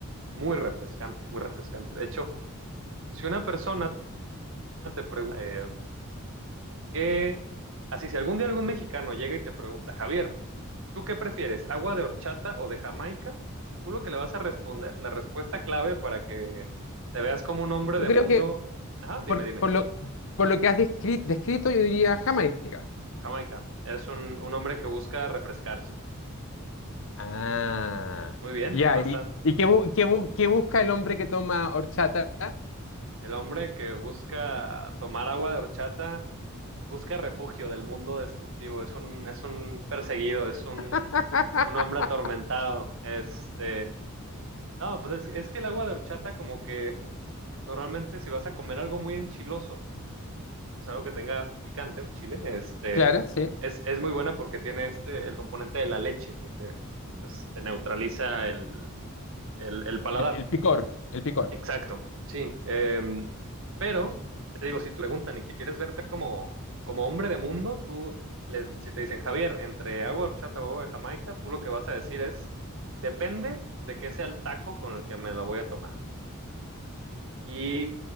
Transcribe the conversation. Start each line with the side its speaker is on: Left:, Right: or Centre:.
Right: muy refrescante, muy refrescante. De hecho, si una persona te pregunta, eh, ¿qué? Así, si algún día algún mexicano llega y te pregunta, Javier, ¿Tú qué prefieres? ¿Agua de horchata o de Jamaica? Tú lo que le vas a responder, la respuesta clave para que te veas como un hombre
Left: Yo
Right: de
Left: creo
Right: mundo.
Left: que
Right: Ajá, dime,
Left: por,
Right: dime.
Left: por lo, por lo que has descri- descrito, yo diría Jamaica.
Right: Jamaica. Eres un, un hombre que busca refrescarse.
Left: Ah,
Right: Muy bien,
Left: ya.
Right: bastante.
Left: ¿Y, y qué, bu- qué bu- qué busca el hombre que toma horchata?
Right: El hombre que busca tomar agua de horchata busca refugio del mundo destructivo. Es un, es un perseguido, es un,
Left: <laughs>
Right: un hombre atormentado. Este, no, pues es, es que el agua de horchata como que normalmente si vas a comer algo muy enchiloso, o sea, algo que tenga picante, un chile, este,
Left: Claro, sí.
Right: es, es muy buena porque tiene este, el componente de la leche que te, pues, te neutraliza el, el, el paladar.
Left: El, el picor, el picor.
Right: Exacto, sí. Em, pero, te digo, si te preguntan y que quieres verte como, como hombre de mundo, tú, les, si te dicen, Javier, entre agua de horchata o agua de Jamaica, tú lo que vas a decir es, depende de qué sea el taco con el que me la voy a tomar. Y